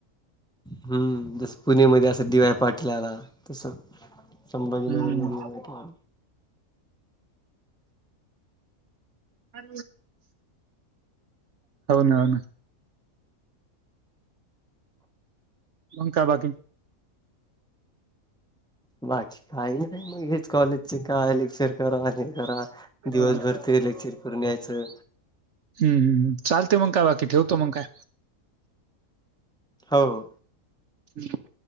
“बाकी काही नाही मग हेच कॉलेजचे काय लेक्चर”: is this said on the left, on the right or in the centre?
Centre